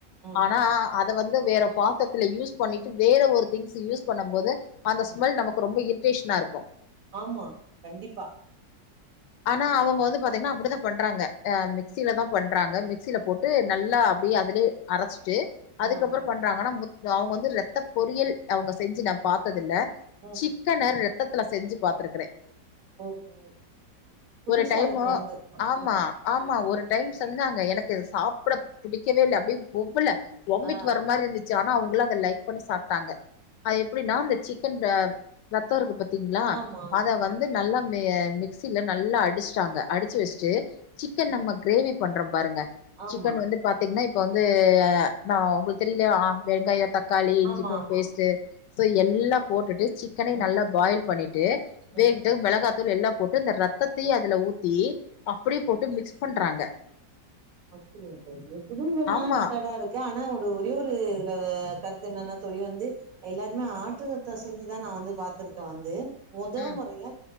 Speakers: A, on the right; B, on the left.
A: ம்
B: ஆனா அத வந்து வேற பாத்தத்ல யூஸ் பண்ணிட்டு வேற ஒரு திங்ஸ யூஸ் பண்ணும்போது அந்த ஸ்மெல்
A: ம்
B: நமக்கு ரொம்ப இரிட்டேஷனா இருக்கு
A: ஆமா கண்டிப்பா
B: ஆனா அவுங்க வந்து பாத்தீங்கனா அப்டிதா பண்றாங்க ஹ மிக்சியிலதா
A: ம்
B: பண்றாங்க மிக்சில போட்டு நல்லா அதுலயே அரச்சிட்டு அதுக்கப்றோ
A: ஆ ஆ
B: பண் றாங்கனா அவுங்க வந்து ரத்த பொரியல் அவுங்க செஞ்சு நா பாத்ததில்ல
A: ம்
B: சிக்
A: ம்
B: சிக்கன ரத்தத்துல செஞ்சு பாத்திருக்குறே
A: ஓஹோ புதுசா
B: ஒரு டைமு
A: இருக்கு வந்து ம்
B: ஆமா ஆமா ஒரு டைம் செஞ்சாங்க எனக்கு சாப்ட பிடிக்கவே இல்ல அப்டியே ஒவ்வல வொம்மிட்
A: ஆ ஆ
B: வர மாரி இருந்துச்சு ஜானா அவங்களா அத லைக் பண்ணி சாப்டாங்க அ எப்டின்னா அந்த சிக்கன் அ ரத்தோ இருக்கு பாத் திங்களா
A: ஆமா
B: அத வந்து நல்லா மெ மிக்சில நல்லா அடிஸ்ட்டாங்க அடிச்சு வஸ்ட்டு சிக்கன் நம்ம கிரேவி பண்றோ பாருங்க
A: ஆமா
B: சிக்கன் வந்து பாத்தீங்கன்னா இப்ப வந்து நா உங்ளுக்கு தெரியலய அ வெங்காயம் தக்காளி இஞ்சிப்பூண்டு
A: ஆமா ஆமா
B: பேஸ்ட்டு
A: ஆமா
B: சோ எல்லா போட்டுட்டு சிக் சிக்கனயு
A: ம்
B: நல்லா பாயில் பண்ணிட்டு வேட்டு
A: ம்
B: மெளகாத்தூள் எல்லா போட்டு <unintelligible> இந்த ரத்தத்தயு அதுல ஊத்தி அப்டியே போட்டு மிக்ஸ் பண்றாங்க
A: அப்டியா தோழி புது விதமான
B: ஆமா
A: மெத்தடா இருக்கு <unintelligible> ஆனா ஒரு ஒரே ஒரு இதுல கருத்து என்னன்னா தொழி வந்து எல்லாருமே ஆட்டு ரத்தோ செஞ்சுதா நா வந்து பாத்திருக்கே வந்து மொத
B: ம்
A: மொறையா